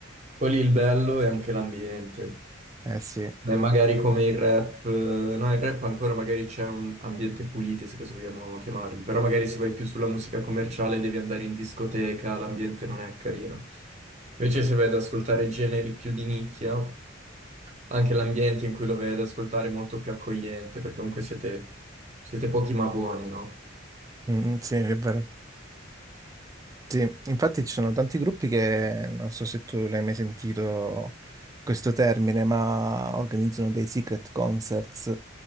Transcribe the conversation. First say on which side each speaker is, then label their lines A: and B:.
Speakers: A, on the right (about 35°); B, on the right (about 15°).
A: Poi lì il bello è anche l'ambiente.
B: Eh sì,
A: E magari come il rap, eh, no, il rap ancora magari c'è un ambiente pulito, se così vogliamo chiamarli, però magari se vai più sulla musica commerciale devi andare in discoteca, l'ambiente non è carino. Invece se vai ad ascoltare generi più di nicchia, anche l'ambiente in cui lo vai ad ascoltare è molto più accogliente, perché comunque siete, siete pochi ma buoni, no?
B: Mm, mm, sì, è vero. Sì, infatti ci sono tanti gruppi che, non so se tu l'hai mai sentito questo termine, ma organizzano dei secret concerts